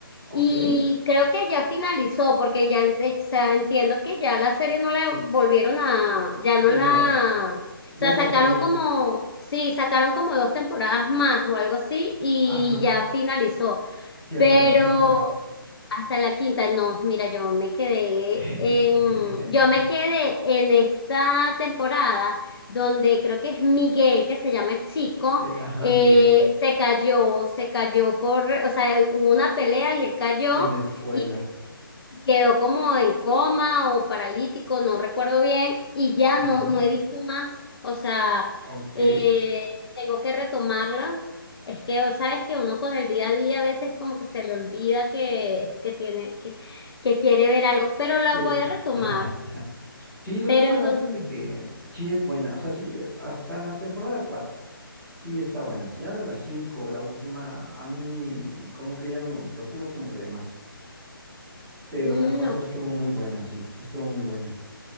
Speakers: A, in the centre; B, on the left (about 90°).
A: Ok,
B: y creo que ya finalizó, porque ya, eh, o sea, entiendo que ya la serie no la volvieron a, ya
A: ya
B: no la,
A: no la,
B: o
A: ya
B: sea,
A: no
B: sacaron
A: va a salir.
B: como, sí, sacaron como dos temporadas más o algo así, y
A: Ajá,
B: ya finalizó.
A: sí,
B: Pero
A: hasta la quinta.
B: hasta la quinta, no, mira, yo me quedé
A: <laughs>
B: en, yo me quedé en esta temporada donde creo que es Miguel, que se llama el chico,
A: Eh, Ajá,
B: eh,
A: Miguel,
B: se cayó, se cayó por, o sea, hubo una pelea y él cayó.
A: en la escuela.
B: y quedó como en coma o paralítico, no recuerdo bien, y ya no,
A: Ajá,
B: no he visto más. O sea,
A: ok.
B: eh, tengo que retomarla. Es que, o sabes que uno con el día a día a veces como que se le olvida que, que tiene, que, que quiere ver algo, pero la
A: Que...
B: voy a retomar.
A: <laughs> Sí, retómala,
B: Pero entonces,
A: fíjate que mm, sí es buena, o sea, sí, hasta la temporada 4, sí está buena. Ya de la 5 la última, a mí como que ya no me gustó, estuvo como que de más, pero
B: mm,
A: la 4
B: ok.
A: estuvo muy buena, sí, estuvo muy buena.